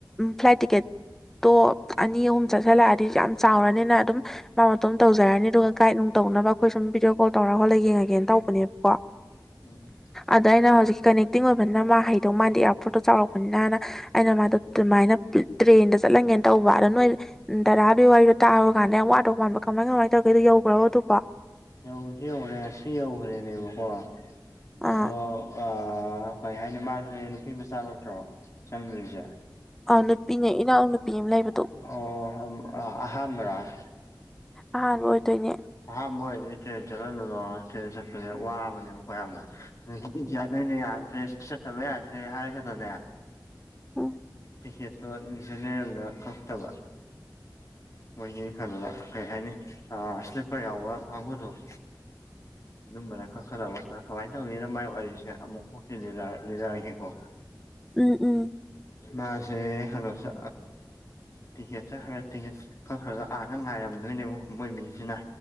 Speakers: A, in the centre; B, on the left.
A: ꯐ꯭ꯂꯥꯏꯠ ꯇꯤꯀꯦꯠꯇꯣ ꯑꯅꯤ ꯑꯍꯨꯝ ꯆꯠꯁꯤꯜꯂꯛꯑꯗꯤ ꯌꯥꯝ ꯆꯥꯎꯔꯅꯤꯅ ꯑꯗꯨꯝ ꯃꯥ ꯃꯇꯣꯝ ꯇꯧꯔꯅꯤ ꯑꯗꯨꯒ ꯒꯥꯏꯗ ꯅꯨꯡ ꯇꯧꯅꯕ ꯑꯩꯈꯣꯏ ꯁꯨꯝ ꯚꯗꯤꯑꯣ ꯀꯣꯜ ꯇꯧꯔꯒꯣꯠꯂ ꯌꯦꯡꯉꯒꯦꯅ ꯇꯧ ꯅꯦ ꯀꯣ
B: ꯎꯝ
A: ꯑꯗ ꯑꯩꯅ ꯍꯧꯖꯤꯛꯀꯤ ꯀꯅꯦꯛꯇꯤꯡ ꯑꯣꯏꯕꯅꯤꯅ ꯃꯥ ꯍꯩꯗꯧ ꯃꯥꯥꯟꯦ ꯏꯌꯥꯔꯄꯣꯔꯠꯇꯣ ꯆꯥꯎꯔꯛꯄꯅꯤꯅꯅ ꯑꯩꯅ ꯃꯥꯗꯣ ꯑꯗꯨꯃꯥꯏꯅ ꯇ꯭ꯔꯦꯟꯗ ꯆꯠꯂꯝꯒꯦꯅ ꯇꯧꯕ ꯑꯗꯣ ꯅꯣꯏ ꯎ ꯗꯥꯗꯨꯒꯤ ꯋꯥꯔꯤꯗꯣ ꯇꯔꯕ ꯀꯥꯟꯗ ꯌꯥꯝ ꯋꯥꯗꯧ ꯃꯥꯟꯕ ꯀꯃꯥꯏ ꯀꯃꯥꯏꯅ ꯇꯧꯒꯦꯗꯣ ꯌꯧꯈ꯭ꯔꯣ ꯑꯗꯨꯕꯣ
B: ꯑꯦꯧꯗꯤ ꯑꯦꯧꯍꯔꯦ ꯉꯁꯤ ꯑꯦꯧꯍꯔꯦ ꯂꯩꯕꯀꯣ
A: ꯑꯥ
B: ꯑꯇꯣ <unintelligible> ꯑ ꯍꯣꯏ ꯍꯥꯏꯅꯤ ꯃꯥꯁꯅꯦ ꯅꯨꯄꯤ ꯃꯆꯥꯃꯛꯇ꯭ꯔꯣ ꯆꯪꯗꯣꯏꯁꯦ
A: ꯑꯥ ꯅꯨꯄꯤꯅꯦ ꯏꯅꯥꯎ ꯅꯨꯄꯤ ꯑꯃ ꯂꯩꯕꯗꯣ
B: ꯑꯣ ꯑꯍꯥꯟꯕꯔꯥ
A: ꯑꯍꯥꯟ ꯑꯣꯏꯗꯣꯏꯅꯦ
B: ꯑꯍꯥꯟꯕ ꯑꯣꯏꯔꯅꯤ ꯇ꯭ꯔꯦꯟ ꯆꯠꯍꯂꯨꯗꯣ ꯇ꯭ꯔꯦꯟ ꯆꯠꯄꯁꯦ ꯋꯥꯕꯅꯦꯕꯣꯏ ꯌꯥꯝꯅ ꯗꯤ ꯌꯥꯗꯣꯏꯅꯦ ꯌꯥꯗ꯭ꯔꯦ ꯆꯠꯇꯕ ꯌꯥꯗ꯭ꯔꯦ ꯍꯥꯏꯈꯗꯅꯦ
A: ꯎꯝ
B: ꯇꯤꯀꯦꯠꯇꯣ ꯖꯦꯅꯦꯔꯦꯜꯗ ꯀꯛꯇꯕ ꯃꯣꯏꯒꯤ ꯀꯩꯅꯣꯗ ꯀꯩ ꯍꯥꯏꯅꯤ ꯁ꯭ꯂꯤꯞꯄꯔ ꯌꯥꯎꯕ ꯀꯥꯡꯕꯨꯗꯣ ꯑꯗꯨꯝꯕꯔ ꯈ ꯈꯔ ꯈ ꯃꯥꯏ ꯋꯔꯤꯁꯦ ꯑꯃꯨꯛ ꯂꯤꯔꯛꯑꯥꯒꯦꯀꯣ
A: ꯎꯝ ꯎꯝ
B: ꯃꯥꯁꯦ ꯀꯩꯅꯣꯁ ꯇꯤꯀꯦꯠ ꯆꯠꯈ꯭ꯔꯦ ꯇꯤꯀꯦꯠ ꯈꯔ ꯈꯔꯒ ꯑꯥꯒ ꯉꯥꯏꯔꯝꯗꯣꯏꯅꯦꯕ ꯃꯣꯏ ꯃꯤꯁꯤꯅ